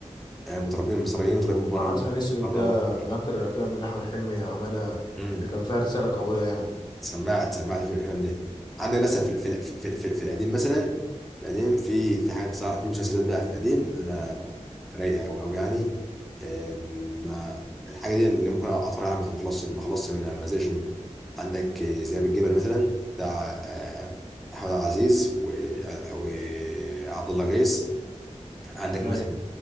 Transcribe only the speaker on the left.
عسل اسود
ده
من اكتر الافلام اللي احمد حلمي عملها
اللي كان فيها رساله قويه يعني
ايوه